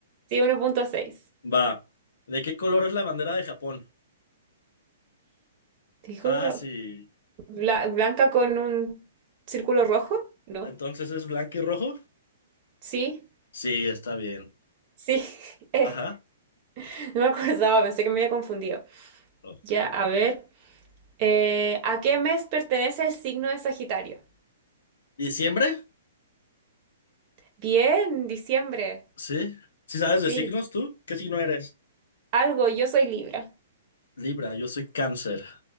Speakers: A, on the right (about 30°); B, on the left (about 75°).
A: Sí, 1.6.
B: Va. ¿De qué color es la bandera de Japón?
A: Dijo,
B: Fácil.
A: era bla- blanca con un círculo rojo. No.
B: Entonces es blanco y rojo.
A: Sí,
B: Sí, está bien.
A: sí. <laughs> Eh,
B: Ajá.
A: no me acordaba, pensé que me había confundido.
B: Oh.
A: Ya, a ver. Eh, ¿a qué mes pertenece el signo de Sagitario?
B: ¿Diciembre?
A: Bien, diciembre.
B: Sí. ¿Sí sabes
A: Sí,
B: de signos tú? ¿Qué signo eres?
A: algo, yo soy Libra.
B: Libra, yo soy cáncer.